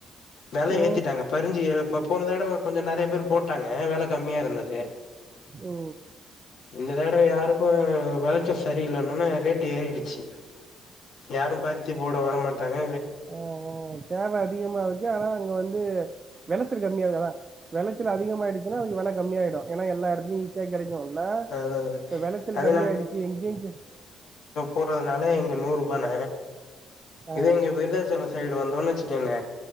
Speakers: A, on the left; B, on the right.
A: வெல
B: ஓ
A: ஏத்திட்டாங்க பரிஞ்சு இப்ப போன தடவ விட கொஞ்சோ நெறய பேர் போட்டாங்க வெல கம்மியா இருந்தது
B: ஓ
A: இந்த தடவ யாருக்கு வெளச்சல் சரியில்லன்ன ஒடனே ரேட்டு ஏறிடுச்சு யாரு பருத்தி போட வர மாட்டாங்க
B: அ தேவ அதிகமா இருக்கு ஆனா அங்க வந்து வெளச்சல் கம்மியாகிது வெளச்சல் அதிகமாயிடுச்சுன்னா வெல கம்மியாயிடு எல்லா எடத்துலையு ஈஸியா கெடைக்குல்ல
A: அதா
B: இப்ப வெளச்சல்
A: அது
B: கம்மிய அடிக்கி எங்க
A: போட்றதுனால எங்க நூறு ரூபான
B: ஆ
A: இதே இங்க விருதாச்சலம் சைடு வந்தோன்னு வெச்சிக்கங்க